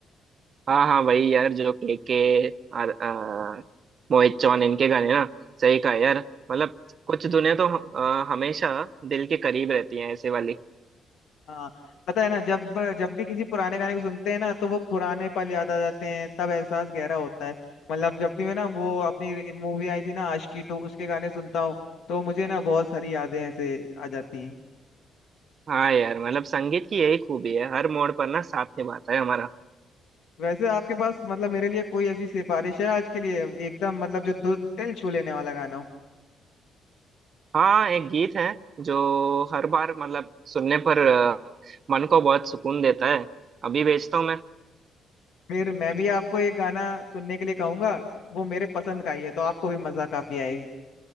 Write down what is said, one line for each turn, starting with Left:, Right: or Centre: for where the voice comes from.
Right: हाँ हाँ वही यार जो के के और आ, मोहित चौहान इनके गाने ना सही कहा यार मतलब कुछ धुनें तो हम- आ, हमेशा दिल के करीब रहती हैं ऐसे वाली
Left: हाँ पता है ना जब जब भी किसी पुराने गाने को सुनते हैं ना तो वो पुराने पल याद आ जाते हैं तब एहसास गहरा होता है मतलब जब भी मैं ना वो अपनी मूवी आई थी ना आशिकी टू उसके गाने सुनता हूँ तो मुझे ना बहुत सारी यादें ऐसे आ जाती हैं
Right: हाँ यार मतलब संगीत की यही खूबी है हर मोड़ पर ना साथ निभाता है हमारा
Left: वैसे आपके पास मतलब मेरे लिए कोई ऐसी सिफारिश है आज के लिए एकदम मतलब जो दु- दिल छू लेने वाला गाना हो
Right: हाँ एक गीत है जो हर बार मतलब सुनने पर आ, मन को बहुत सुकून देता है अभी भेजता हूँ मैं
Left: फिर मैं भी आपको एक गाना सुनने के लिए कहूंगा वो मेरे पसंद का ही है तो आपको भी मजा काफी आएगी